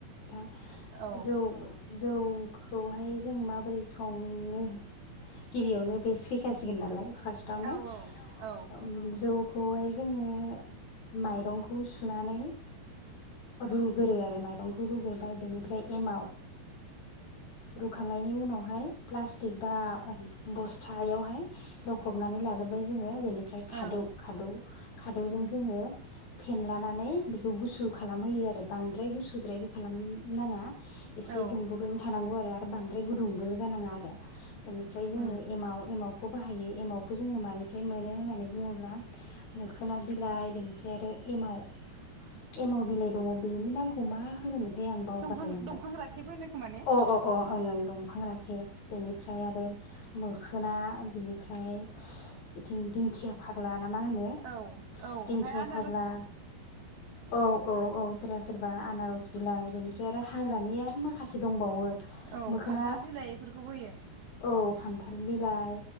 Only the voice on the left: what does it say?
<inaudible>
जौ जौखौहाय जों माबोरै संङो गिबियावनो बेसो फैखासिगोन नालाय फार्स्टआवनो
ओम जौ खौहाय जोङो माइरंख खौ सुनानै रुगो गोरो आरो माइ रंखौ रुग्रोबाय बेनिफ्राय एमाव रुखांनायनि उनावहाय प्लास्टिक बा बस्थायावहाय लखबनानै लाग्रोबाय जोङो बेनि ओमफ्राय
खादौ खादौ खादौजों
जोङो फेनलानानै बेखौ गुसु खालामहोयो आरो बांद्राय गुसुद्रायबो खालाम नाङा एसे
दुंबरयैनो थानांगौ आरो बांद्राय गुदुंबो जानाङा आरो बेनिफ्राय जोङो
एमाव एमावखौ बाहायो एमावखौ जोङो मानि ओमफ्राय मोनो होननानै बुङोब्ला मोखोना बिलाइ बेनिफ्राय आरो एमाव एमाव बिलाइ दङ बेनि नामखौ मा होनोमोन? <unintelligible> आं बावगारलाय
लांबाय
दंफां राखेबा होनो अ अ अ ओं ओं दंफां राखेब बेनिफ्राय आरो मोखोना बेनिफ्राय बिथिं दिंखिया फाग्ला ना मा होनो
दिंखिया
फाग्ला औ औ औ सोरबा सोरबा आनारस बिलाइ बेनिफ्राय आरो हाग्रानि आरो मा खासे दंबावो
मोखोना
औ खान्थाल बिलाइ